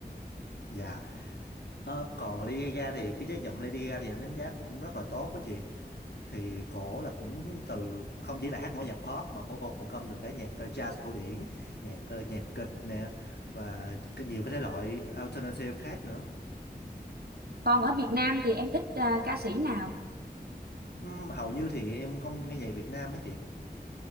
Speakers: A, on the left; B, on the right.
A: Dạ Ờ, còn Lady Gaga thì cái chất giọng Lady Gaga thì em đánh giá cũng rất là tốt với chị thì cổ là cũng từ không chỉ là hát mỗi nhạc pop mà cổ còn cân được cái nhạc ờ, jazz cổ điển nhạc ờ, nhạc kịch nè và cái nhiều cái thể loại alternative khác nữa
B: còn ở Việt Nam thì em thích à, ca sĩ nào
A: Ừm, hầu như thì em không nghe nhạc Việt Nam á chị